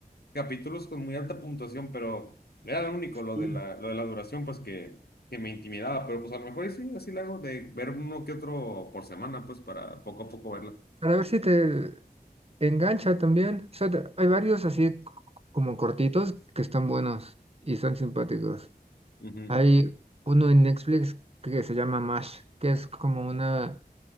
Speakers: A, on the left; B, on the right.
A: capítulos con muy alta puntuación, pero era lo único lo
B: Y
A: de la, lo de la duración, pues que, que me intimidaba, pero pues a lo mejor y sí, así lo hago, de ver uno que otro por semana, pues para poco a poco verla.
B: para ver si te engancha también. O sea, te- hay varios así c- como cortitos que están buenos y son simpáticos.
A: Ujú.
B: Hay uno en Netflix que se llama Mash, que es como una,